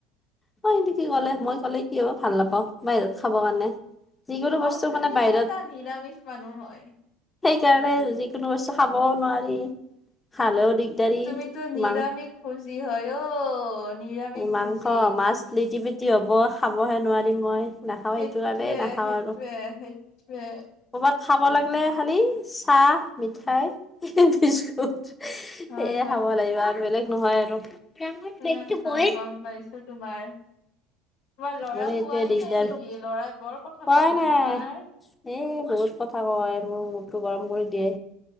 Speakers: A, on the left; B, on the left.
A: অ' কিন্তু কি ক'লে
B: হ
A: মই ক'লে কি হ'ব ভাল নাপাওঁ বাহিৰত খাব কাৰণে। যিকোনো বস্তু
B: অ' তুমিতো
A: মানে বাহিৰত
B: এটা নিৰামিষ মানুহ হয়।
A: সেইকাৰণে যিকোনো বস্তু খাবও নোৱাৰি। খালেও দিগদাৰি
B: তুমিতো নিৰামিষ
A: মাং
B: ভোজী হয় অ'। নিৰামিষ
A: মাংস
B: ভুজি।
A: মাছ লিটি পিটি হ'ব খাবহে নোৱাৰিম মই। নাখাওঁ
B: সেইটোৱে
A: সেইটো কাৰণে নাখাওঁ
B: সেইটোৱে
A: আৰু
B: সেইটোৱে।
A: ক'ৰবাত খাব লাগিলে খালি চাহ, মিঠাই, বিস্কুট।
B: হয়
A: এয়ে খাব লাগিব আৰু বেলেগ নহয় আৰু। ডাঙৰ বেগটো
B: এ হয়
A: কয়
B: গ'ম পাইছোঁ তোমাৰ। তোমাৰ ল'ৰা
A: মানে
B: শুৱাই
A: সেইটোৱে দিগদাৰ
B: নাই নেকি ল'ৰাই বৰ কথা
A: কোৱাই
B: কয় ন'
A: নাই
B: তোমাৰ।
A: এ বহুত কথা কয় মোৰ মূৰটো গৰম কৰি দিয়ে।